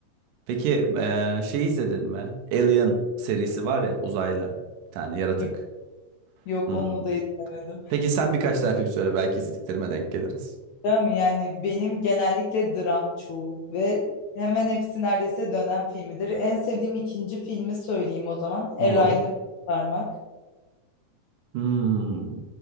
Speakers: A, on the right (about 80°); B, on the left (about 75°).
A: Peki eee şey izledin mi? Alien serisi var ya uzaylı. Bir tane yaratık.
B: Yok, yok
A: Hmm.
B: onu da izlemedim.
A: Peki sen birkaç tane film söyle belki izlediklerime denk geliriz.
B: Değil mi? Yani benim genellikle dram çoğu ve hemen hepsi neredeyse dönem filmidir. En sevdiğim ikinci filmi söyleyeyim o zaman. Erayn'ı
A: Olur.
B: Kurtarmak.
A: Hmm.